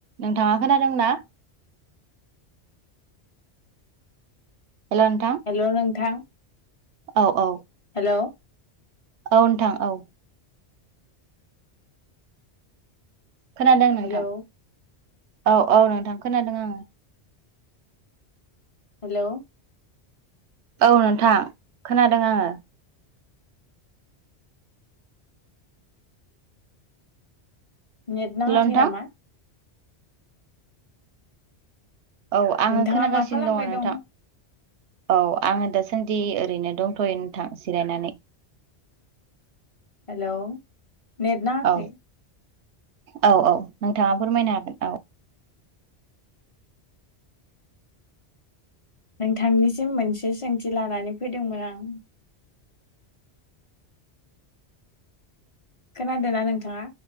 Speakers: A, on the right; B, on the left.
A: नों थाङा खोनादोंना? <unintelligible>
B: हेल' नोंथां
A: औ औ
B: हेल'!
A: औ नोंथां औ। खोनादों नोंथां
B: हेलौ
A: औ औ नोंथां खोनादों आङो।
B: हेलौ?
A: औ नोंथां खोनादों आङो।
B: नेट नाङाखै
A: हेल' नोंथां
B: नामा?
A: औ आङो
B: नोंथाङा
A: खोनागासिनो
B: मा खालामबाय
A: दङ नोंथां।
B: दं
A: औ आङो दासान्दि ओरैनो दंथ'यो नोंथां जिरायनानै।
B: हेलौ नेट नाङाखै।
A: औ औ औ नोंथाङा फोरमायनो हागोन औ।
B: नोंथांनिसिम मोनसे सोंथि लानानै फैदोंमोन आं। खोनादोंना नोंथाङा?